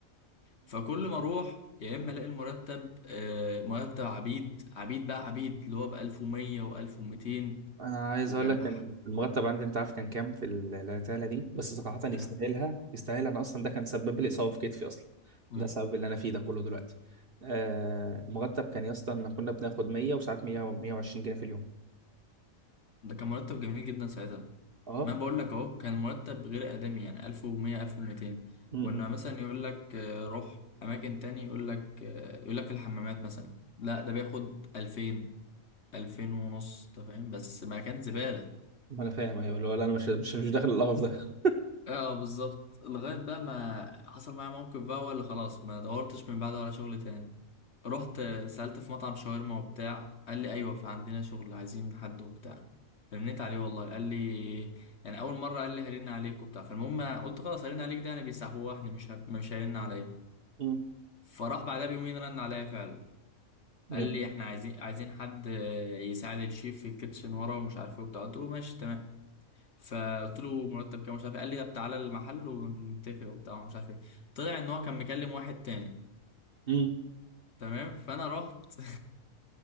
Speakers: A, on the left (about 50°); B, on the right (about 45°).
A: فكل ما اروح يا اما الاقي المرتب آه، مرتب عبيد عبيد بقى عبيد اللي هو ب 1100 و1200
B: انا عايز
A: وكان
B: اقول لك كان
A: لح-
B: المرتب عندي انت عارف كان كام في ال- العتاله دي بس صراحه يستاهلها
A: كان
B: يستاهلها انا اصلا ده كان سبب لي اصابه في كتفي اصلا
A: مم.
B: ده سبب اللي انا فيه ده كله دلوقتي آه مرتب كان يا اسطى ان كنا بناخد 100 وساعات 100 120 جنيه في اليوم
A: ده كان مرتب جميل جدا ساعتها
B: اه
A: ما أنا بقول لك اهو كان مرتب غير ادمي يعني 1100 1200
B: امم
A: وان مثلا يقول لك آه، روح اماكن تاني يقول لك آه، يقول لك في الحمامات مثلا لا ده بياخد 2000 2000 ونص انت فاهم بس ما كان زبالة
B: ما انا فاهم ايوه اللي هو لا انا مش مش مش داخل القرف ده <laughs>
A: اه بالظبط لغاية بقى ما حصل معايا موقف بقى هو اللي خلاص ما دورتش من بعده على شغل تاني رحت سألت في مطعم شاورما وبتاع قال لي ايوه في عندنا شغل عايزين حد وبتاع رنيت عليه والله قال لي يعني اول مرة قال لي هرن عليك وبتاع فالمهم قلت خلاص هرن عليك ده يعني بيسحوحني مش هف... مش هيرن عليا
B: امم
A: فراح بعدها بيومين رن عليا فعلا
B: جميل
A: قال لي احنا عايزين عايزين حد آه، يساعد الشيف في الكيتشن ورا ومش عارف ايه وبتاع قلت له ماشي تمام فقلت له مرتب كام مش عارف إيه. قال لي طب تعالى المحل ونتفق وبتاع مش عارف ايه طلع ان هو كان مكلم واحد تاني
B: امم
A: تمام فانا رحت <laughs>